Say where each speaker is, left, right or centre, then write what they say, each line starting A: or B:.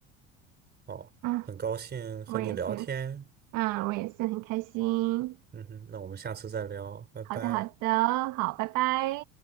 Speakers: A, on the right; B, on the right.
A: 好，
B: 啊，
A: 很高兴和你聊天。
B: 我也是，啊，我也是很开心。
A: 嗯哼，那我们下次再聊，拜拜。
B: 好的，好的，好，拜拜。